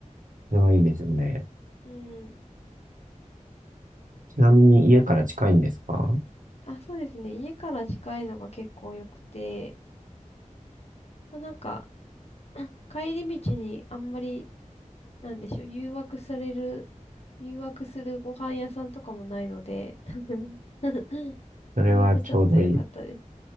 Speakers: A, on the right (about 80°); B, on the left (about 50°).
A: それはいいですよね。
B: うん。
A: ちなみに家から近いんですか
B: あ、そうですね。家から近いのが結構良くて、まあなんか、帰り道にあんまりなんでしょう、誘惑される、誘惑するご飯屋さんとかもないので、<laughs>
A: それはちょうどいい、
B: それもちょっと良かったです。
A: ち